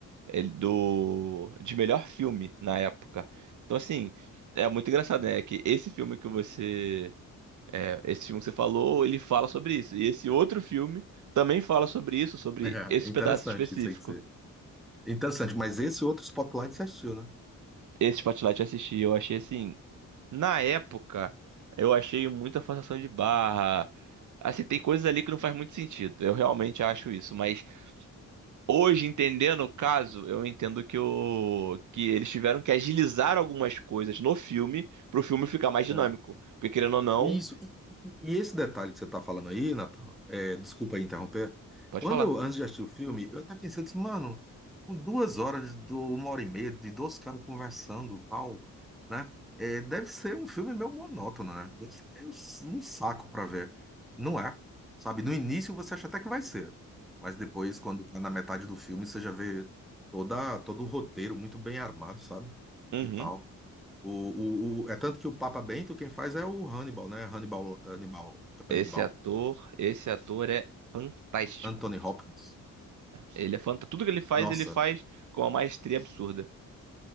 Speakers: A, on the right; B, in the centre.
A: ele- do de melhor filme na época. Então, assim, é muito engraçado, né? Que esse filme que você. é, esse filme que você falou, ele fala sobre isso. E esse outro filme também fala sobre isso, sobre
B: <laughs>
A: esse
B: É, interessante
A: pedaço específico.
B: isso aí que você. Interessante, mas esse outro Spotlight você assistiu,
A: Esse Spotlight eu assisti, eu achei assim. Na época, eu achei muita forçação de barra. Assim, tem coisas ali que não faz muito sentido. Eu realmente acho isso, mas Hoje, entendendo o caso, eu entendo que, o, que eles tiveram que agilizar algumas coisas no filme pro filme ficar mais dinâmico.
B: né?
A: Porque querendo ou não,
B: Isso. E, e- e esse detalhe que você está falando aí, Nathan, é, desculpa aí interromper.
A: pode
B: Quando
A: falar.
B: eu, antes de assistir o filme, eu estava pensando assim, mano, com duas horas, do, uma hora e meia, de dois caras conversando e tal, né? É, deve ser um filme meio monótono, né? Deve ser meio s- um saco para ver. Não é? Sabe, no início você acha até que vai ser, mas depois, quando tá na metade do filme, você já vê toda, todo o roteiro muito bem armado, sabe?
A: Uhum.
B: E tal. O, o, o- é tanto que o Papa Bento quem faz é o Hannibal, né? Hannibal, Hannibal, Hannibal,
A: Esse ator, esse ator é fantástico.
B: Anthony Hopkins.
A: Ele é fantástico. Tudo que ele faz,
B: Nossa,
A: ele faz com uma maestria absurda.